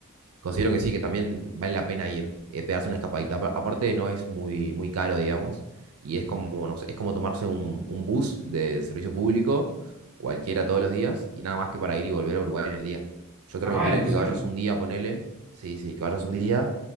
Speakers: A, on the right; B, in the centre.
A: Considero que sí, que también vale la pena ir, eh, pegarse una escapadita. Apa- Aparte, no es muy, muy caro, digamos, y es como, no sé, es como tomarse un, un bus de servicio público, cualquiera todos los días, y nada más que para ir y volver a Uruguay en el día. Yo te
B: Ah,
A: recomendaría
B: ¿en serio?
A: que vayas un día, ponele, sí, sí, que vayas un día,